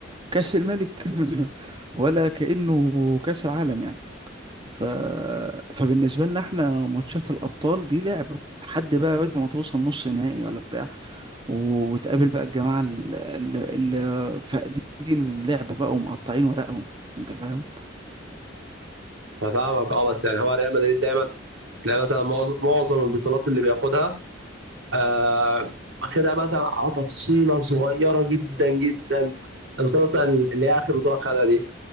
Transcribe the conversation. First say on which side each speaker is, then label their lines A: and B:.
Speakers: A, on the right; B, on the right.
A: كأس الملك <laughs> ولا كأنه كأس العالم يعني ف... فبالنسبة لنا احنا ماتشات الأبطال دي لعبة لحد بقى يا باشا ما توصل نص نهائي ولا بتاع و- وتقابل بقى الجماعة اللي, اللي فاقدين اللعب بقى ومقطعين ورقهم انت فاهم
B: انا فاهمك اه بس يعني هو ريال مدريد دايما تلاقي مثلا معظ- معظم البطولات اللي بياخدها آه واخدها مثلا على تفصيله صغيره جدا جدا البطوله مثلا اللي هي اخر بطوله خدها دي